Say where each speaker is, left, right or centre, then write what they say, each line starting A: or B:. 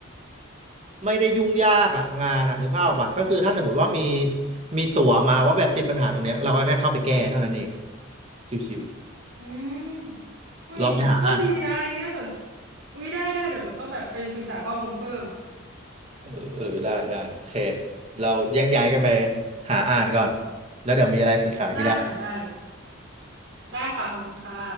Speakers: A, on the right (about 30°); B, on the right (about 70°).
A: ไม่ได้ยุ่งยากอะงานอะนึกภาพออกปะก็คือถ้าสมมติว่ามีมีตั๋วมาว่าแบบติดปัญหาตรงเนี้ยเราก็แค่เข้าไปแก้เท่านั้นเองชิว
B: อืมอุ้ยก็ดีนะ
A: ๆลองไปหาอ่าน
B: อันนี้น่าสนอุ้ยได้ได้ เดี๋ยวหนูต้องแบบไปศึกษาข้อมูลเพิ่มอ่ะ
A: เออเออได้ได้โอเคเราแยกย้ายกันไปหาอ่านก่อนแล้วเดี๋ยวมีอะไรปรึกษาพี่ได้
B: ได้ค่ะได้ได้ค่ะขอบคุณค่ะ